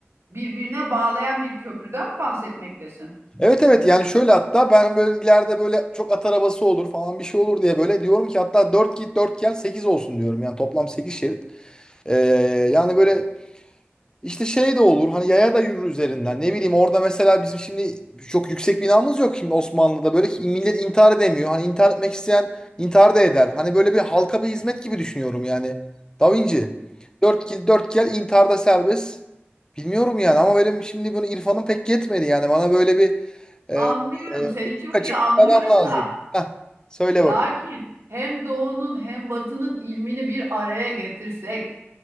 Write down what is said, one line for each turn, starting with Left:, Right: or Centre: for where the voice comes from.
Right: birbirine bağlayan bir köprüden mi bahsetmektesin?
Left: Evet evet yani şöyle hatta ben böyle ileride böyle çok at arabası olur falan bir şey olur diye böyle diyorum ki hatta 4 git 4 gel 8 olsun diyorum. Yani toplam 8 şerit. Ee, yani böyle işte şey de olur hani yaya da yürür üzerinden ne bileyim orada mesela bizim şimdi çok yüksek binamız yok şimdi Osmanlı'da böyle ki millet intihar edemiyor hani intihar etmek isteyen intihar da eder hani böyle bir halka bir hizmet gibi düşünüyorum yani Da Vinci 4 kill 4 gel intiharda serbest bilmiyorum yani ama benim şimdi bunu irfanım pek yetmedi yani bana böyle bir e,
Right: Anlıyorum
Left: e,
Right: seni
Left: ufuk
Right: çok
Left: açık
Right: iyi anlıyorum
Left: bir adam lazım
Right: da
Left: Heh, söyle
Right: lakin
Left: bak
Right: hem doğunun hem batının ilmini bir araya getirsek